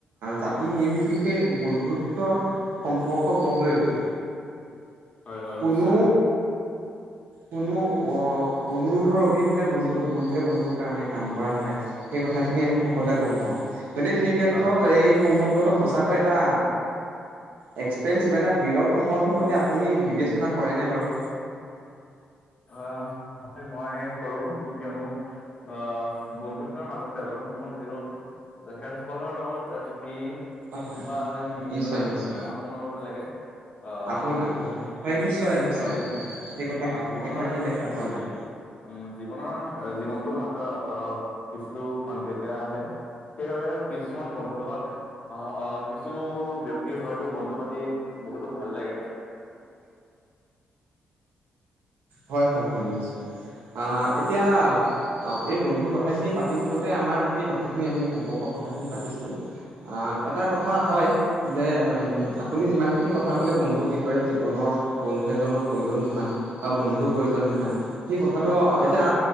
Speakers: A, on the right; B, on the left.
A: জাতি নিৰ্বিশেষে বন্ধুত্ব তৰ্ক গঢ় লৈ উঠে
B: হয় হয়
A: কোনো
B: নিশ্চয়
A: কোনো অ', অনুৰোধৰ অবিহনে বন্ধু -বন্ধুৱে -বন্ধুৰ কাৰণে কাম কৰা হয়। সেই কথা কথাখিনি আমি সকলোৱে
B: উম
A: গম পাওঁ, গতিকে সেই ক্ষেত্ৰত
B: হয় হয়
A: এই সম্বন্ধতো সঁচাকৈ এটা এক্সপেঞ্চিভ এটা বিৰল সময় কন হ'বলে আপুনি বিবেচনা কৰে নে বাৰু?
B: অ', হয় ', মই কৰো কিয়নো আহ বন্ধুত্বৰ মাজত তেজৰ সম্পৰ্ক নাথাকিলো, তেখেতসকলৰ লগত সি ',
A: হয় হয়
B: কিবা যেন,
A: নিশ্চয়
B: নিজৰ
A: নিশ্চয়।
B: আপোনৰকতে লাগে আহ',
A: আপোন আপোন
B: হয়-
A: নিশ্চয় নিশ্চয়
B: হয়
A: নিশ্চয় সেই কথা
B: আহ ', জীনৰ
A: সেই কথাখিনি দেখা পোৱা যায়
B: ', জীৱনৰ জীৱনতটো মাত্ৰ কিছু খন্তেকা আহে', সে সেইবাবে কিছুমান বন্ধুৰ লগত অ', - অ', কিছু ব্যক্তি হয়তো বন্ধু পা তি বহুতো ভাল লাগে।
A: হয়- হয়- হয় নিশ্চয়। আহ ', এতিয়া এই বন্ধুৰ কথাখিনি পাতি থাকোঁতে আমাৰ সেই কথাখিনি আমি সম্পৰ্কৰ কথাখিনি পাতিছোঁ, আহ ', এটা কথা হয় যে', ম ', আপুনি যিমানখিনি কথা কলে বন্ধুৰ বিষয়ে জীৱনৰ বন্ধু এজনৰ প্ৰয়োজন যিমান বা বন্ধুৰ প্ৰয়োজন যিমান সেই কথাটো এতিয়া